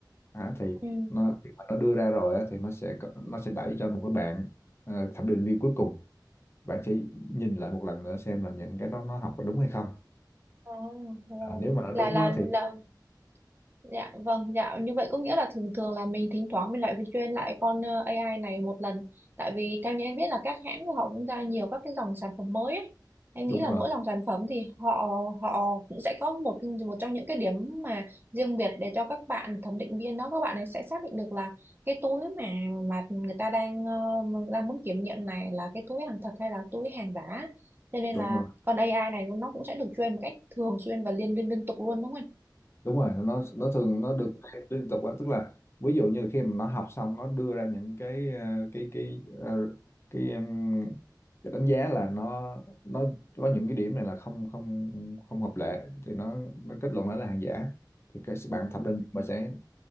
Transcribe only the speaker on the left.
à, thì
nó khi mà nó đưa ra rồi á, thì nó sẽ có- nó sẽ đẩy cho một cái bạn ờ, thẩm định viên cuối cùng bạn sẽ nhìn lại một lần nữa xem là những cái đó nó học có đúng hay không
à, nếu mà nó đúng
á,
thì
đúng
rồi
đúng
rồi
đúng rồi nó nó thường nó được liên tục quá tức là ví dụ như khi mà nó học xong nó đưa ra những cái ờ, cái cái ờ, cái ừm, cái đánh giá là nó nó có những cái điểm này là không không không hợp lệ thì nó nó kết luận nó là hàng giả thì cái
bạn thẩm định bà sẽ